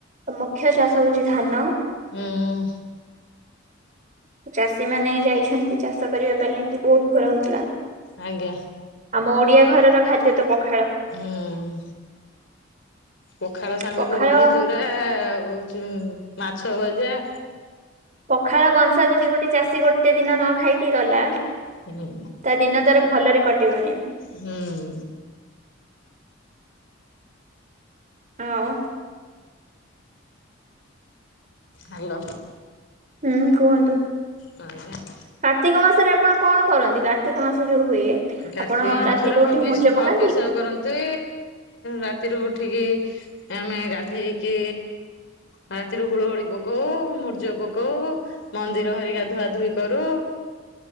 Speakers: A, on the right; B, on the left.
A: ମୁଖ୍ୟ ଚାଷ ହଉଛି ଧାନ।
B: ହୁଁ।
A: ଚାଷୀ ମାନେ ଯାଇଛନ୍ତି ଚାଷ କରିବା ପାଇଁ ଆଜି ବହୁତ ଖରା ହଉଥିଲା।
B: ଆଜ୍ଞା।
A: ଆମ ଓଡିଆ ଘରର ଖାଦ୍ୟ ତ ପଖାଳ।
B: ହୁଁ। ପଖାଳ ସାଙ୍ଗକୁ
A: ପଖାଳ
B: ବଢି
A: ହଁ
B: ଚୁରା ଆଉ ମାଛ ଭଜା
A: ପଖାଳ କଂସା ଯଦି ଗୋଟେ ଚାଷୀ ଗୋଟେ ଦିନ ନ ଖାଇକି ଗଲା
B: ହୁଁ।
A: ତା ଦିନ ତାର ଭଲରେ କଟିବନି।
B: ହୁଁ।
A: ଆଉ?
B: ହ୍ୟାଲୋ।
A: ହୁଁ କୁହନ୍ତୁ।
B: ଆଜ୍ଞା।
A: କାର୍ତ୍ତିକ ମାସରେ ଆପଣ କଣ କରନ୍ତି କାର୍ତ୍ତିକ ମାସ ଯୋଉ ହୁଏ?
B: କାର୍ତ୍ତିକ
A: ଆପଣ ରାତିରୁ
B: ମାସରେ
A: ଉଠି
B: ହବିଷ
A: ମୁର୍ଜ
B: ହବିଷ
A: ପକାନ୍ତି?
B: କରନ୍ତି ରାତିରୁ ଉଠିକି ଆମେ ଗାଧେଇକି ରାତିରୁ ହୁଳହୁଳି ପକଉ ମୂର୍ଜ ପକଉ ମନ୍ଦିର ହେରିକା ଧୁଆ ଧୁଇ କରୁ।